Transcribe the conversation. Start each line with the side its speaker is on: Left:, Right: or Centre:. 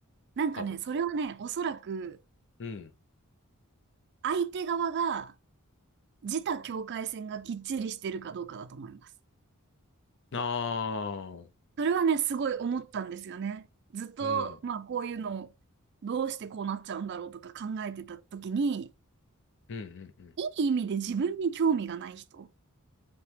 Right: なんかね、
Left: 多分。
Right: それはね、おそらく
Left: うん。
Right: 相手側が自他境界線がきっちりしてるかどうかだと思います。
Left: ああ、
Right: それはね、すごい思ったんですよね。ずっと、
Left: うん。
Right: まあ、こういうのを、どうしてこうなっちゃうんだろうとか考えてた時に、
Left: うんうんうん。
Right: いい意味で自分に興味がない人。